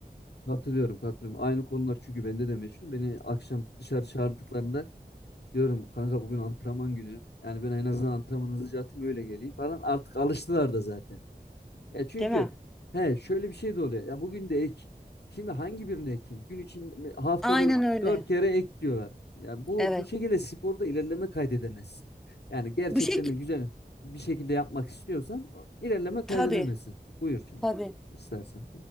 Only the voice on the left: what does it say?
Katılıyorum katılıyorum. Aynı konular çünkü bende de meşhur. Beni akşam dışarı çağırdıklarında diyorum kanka bugün antrenman günü. Yani ben en azından antrenmanı hızlıca atayım öyle geleyim falan. Artık alıştılar da zaten. Ya çünkü
he şöyle bir şey de oluyor. Ya bugün de ek. Şimdi hangi birini ekeyim? Gün için haftada
dört kere ek diyorlar. Ya bu
bu şekilde sporda ilerleme kaydedemezsin. Yani gerçekten
de güzel bir şekilde yapmak istiyorsan o- ilerleme kaydedemezsin.
Buyur şimdi
istersen.